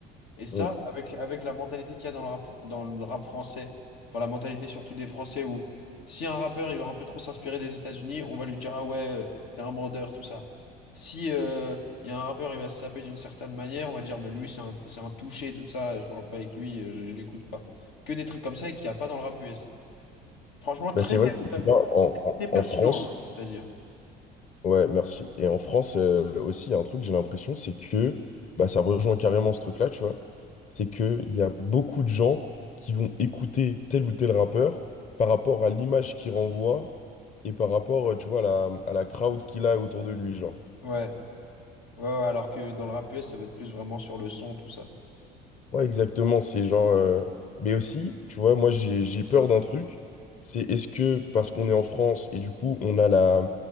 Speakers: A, on the left; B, on the left.
A: Et ça,
B: mm.
A: avec, avec la mentalité qu'il y a dans le rap, fr- dans le rap français, enfin la mentalité surtout des Français où si un rappeur il va un peu trop s'inspirer des États-Unis, on va lui dire ah ouais, euh, t'es un bandeur, tout ça. Si euh, il y a un rappeur, il va se saper d'une certaine manière, on va dire mais lui c'est un, c'est un touché, tout ça, je parle pas avec lui, euh, je, je l'écoute pas. Que des trucs comme ça et qu'il n'y a pas dans le rap US. Franchement, très,
B: Bah, c'est vrai que
A: euh,
B: là, en, en-
A: très pertinent,
B: en France,
A: hein, c'est-à-dire.
B: Ouais, merci. Et en France, euh, aussi, il y a un truc, j'ai l'impression, c'est que bah, ça rejoint carrément ce truc-là, tu vois. C'est qu'il y a beaucoup de gens qui vont écouter tel ou tel rappeur par rapport à l'image qu'il renvoie et par rapport, euh, tu vois, à la, à la crowd qu'il a autour de lui, genre.
A: Ouais, ouais, ouais, alors que dans le rap US, ça va être plus vraiment sur le son, tout ça.
B: Ouais, exactement. C'est genre. euh, Mais aussi, tu vois, moi, j'ai, j'ai peur d'un truc. C'est est-ce que, parce qu'on est en France et du coup, on a la,